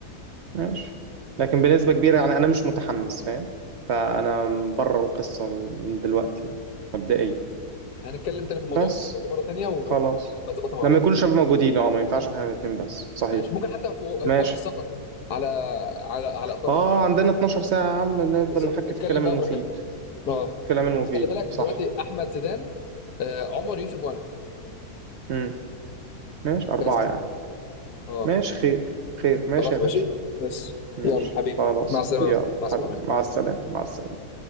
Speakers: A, on the right (about 60°); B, on the left (about 85°).
A: ماشي لكن بنسبة كبيرة يعني أنا مش متحمس فاهم فأنا بره القصة من دلوقتي يعني مبدئيا
B: هنتكلم تاني في الموضوع
A: بس
B: ده إن شاء الله مره تانيه ونظبطها
A: خلاص
B: مع
A: لما
B: بعض
A: يكون الشباب موجودين اه ما ينفعش احنا الاتنين بس صحيح
B: ماشي ممكن حتى في
A: ماشي
B: في وقت السفر على على على ايطاليا
A: اه عندنا 12 ساعة يا عم نقدر
B: بالظبط
A: نحكي
B: نتكلم
A: في الكلام
B: بقى
A: المفيد
B: براحتنا اه
A: الكلام المفيد
B: بس خلي بالك
A: صح
B: دلوقتي احمد زيدان آه عمر يوسف وانا
A: امم ماشي أربعة
B: بس
A: يعني
B: اه
A: ماشي خير خير ماشي
B: خلاص
A: يا باشا
B: ماشي بس
A: ماشي
B: يلا حبيبي
A: خلاص
B: مع السلامه
A: يلا
B: مع السلامه
A: حبيبي مع السلامة مع السلامة